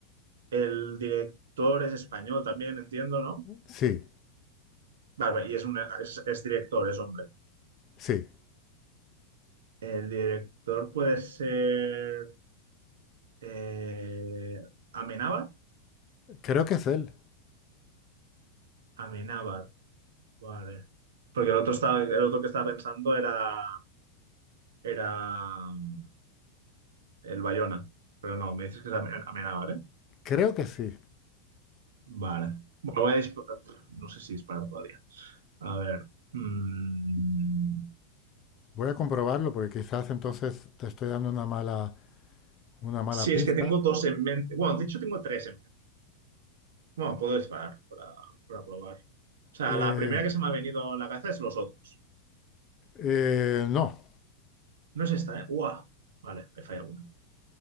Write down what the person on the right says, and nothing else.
El director es español también, entiendo, ¿no?
Vale, vale, y es, un, es, es director, es hombre.
El director puede ser eh, Amenábar.
Amenábar. Vale. Porque el otro estaba, el otro que estaba pensando era, era mm, el Bayona. Pero no, me dices que es Amen- Amenábar, ¿eh?
Vale. Bueno, voy a disparar. No sé si disparar todavía. A ver. mm,
Sí,
es que tengo dos en mente. Bueno, de hecho tengo tres en mente. Bueno, puedo disparar para, para probar. O sea,
la primera que se me ha venido en la cabeza es los otros.
No es esta, ¿eh? ¡Guau! Vale, me falla una.